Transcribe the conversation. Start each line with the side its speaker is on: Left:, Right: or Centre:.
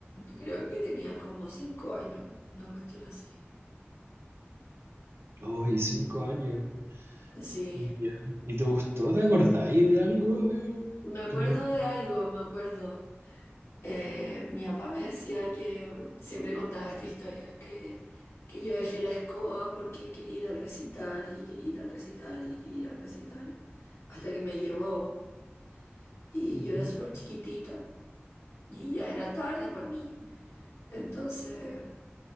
Left: creo que tenía como cinco años, una cuestión así.
Right: Hoy, cinco años.
Left: Sí,
Right: Ya. ¿Y te gustó? ¿Te acordáis de algo? De...
Left: me acuerdo
Right: ¿Tenéis-
Left: de algo, me acuerdo. Eh, mi papá me decía que siempre contaba esta historia, que, que yo dejé la escoba porque quería ir al recital y quería ir al recital y quería ir al recital, hasta que me llevó y
Right: Ujú.
Left: yo era súper chiquitita y ya era tarde para mí. Entonces